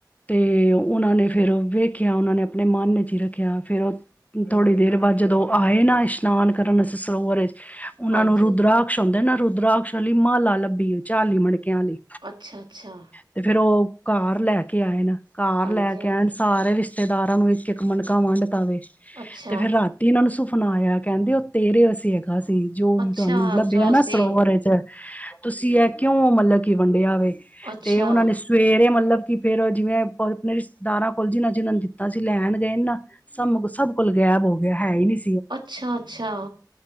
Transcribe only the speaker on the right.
ਹਾਂਜੀ।
ਅੱਛਾ-ਅੱਛਾ,
ਹਾਂਜੀ-ਹਾਂਜੀ,
ਅੱਛਾ।
ਅੱਛਾ
ਜੋ
ਸੀ
ਅੱਛਾ
ਅੱਛਾ ਅੱਛਾ